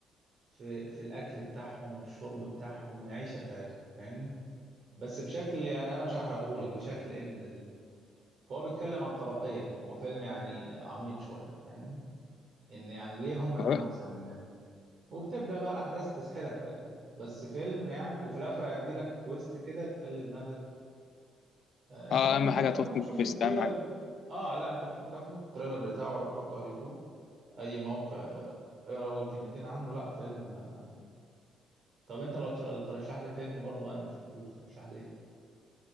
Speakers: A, on the right (about 55°); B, on the left (about 65°).
A: في في الاكل بتاعهم والشرب بتاعهم والمعيشه بتاعتهم فاهمني بس بشكل يعني انا مش هحرقه لك بشكل ابن لذينه فهو بيتكلم على الطبقيه هو فيلم يعني عميق شويه فاهمني ان يعني ليه هم يكونوا
B: اه
A: احسن مننا وبتبدا بقى الاحداث تسحلك بقى فيها بس فيلم يعني وفي الاخر هيدي لك تويست كده تخلي دماغك آه، انت
B: آه،
A: ممكن
B: اهم حاجه
A: تاخده
B: توصل
A: وتشوف
B: بس
A: التريلر
B: اهم حاجه
A: ب... اه لا انت ممكن تاخده التريلر بتاعه وحطه على اليوتيوب اي موقع آه، اقرا اول كلمتين عنه لا فيلم آه. طب انت لو تر- ترشح لي فيلم برضو انا ما شفتوش ترشح لي ايه